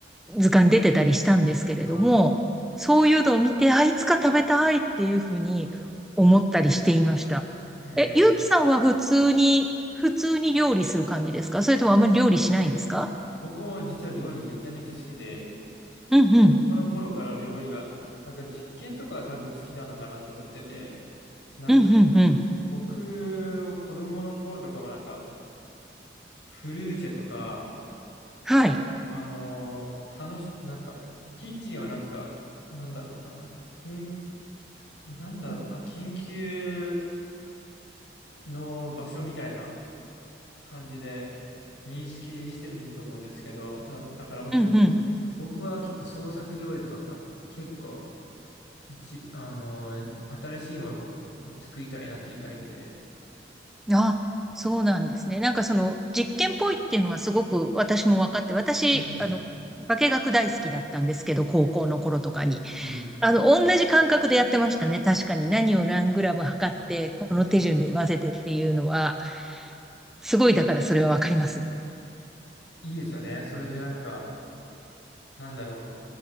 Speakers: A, in the centre; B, on the left.
A: う、図鑑出てたりしたんですけれども、
B: ああ。
A: そういうのを見て、あ、いつか食べたいっていうふうに思ったりしていました。
B: えー
A: え、ゆうきさんは普通に、普通に料理する感じですかそれともあまり料理しないですか
B: 僕も実は料理めちゃめちゃ好きで、
A: うんうん。
B: 子供の頃から料理が、なんか実験とかは多分好きなのかなと思ってて、なんか
A: うんうんうん。
B: 僕は子供の頃とかもなんかフルーチェとか、
A: はい。
B: あのー楽し、なんかキッチンをなんか、なんだろうな、緊、なんだろうな、緊急の場所みたいな感じで認識してると思うんですけど、た、だから本当に
A: うんう
B: 僕は結構創作料理とかか結構じ、あの、新しいものを作りたいなっていうタイプで。
A: ん。あ、そうなんですね。なんかその実験っぽいっていうのはすごく私も分かって、私、
B: うん、
A: あの、化学大好きだったんですけど、高校の頃とかに。
B: うん、
A: あの、同じ感覚でやってましたね。確かに何を何グラム測って、この手順で混ぜてっていうのは、
B: うん。
A: すごいだからそれはわかります。
B: いいですよね。それでなんか、なんだろ